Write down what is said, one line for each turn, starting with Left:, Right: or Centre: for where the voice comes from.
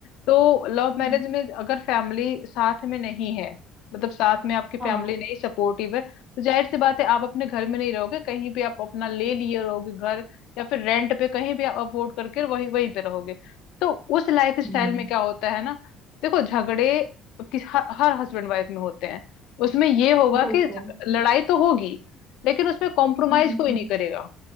Left: तो लव
Centre: हम्म
Left: मैरिज में अगर फैमिली साथ में नहीं है मतलब साथ में आपकी
Centre: हाँ
Left: फैमिली नहीं सपोर्टिव है तो जाहिर सी बात है आप अपने घर में नहीं रहोगे कहीं भी आप अपना ले लिए रहोगे घर या फिर रेंट पे कहीं भी आप अफोर्ड करके वही वहीं पे रहोगे तो उस लाइफ
Centre: हम्म
Left: स्टाइल में क्या होता है ना देखो झगड़े किस हर, हर हस्बैंड वाइफ में होते हैं उसमें ये होगा
Centre: बिल्कुल
Left: कि लड़ाई तो होगी लेकिन उसमें कॉम्प्रोमाइज
Centre: <laughs>
Left: कोई नहीं करेगा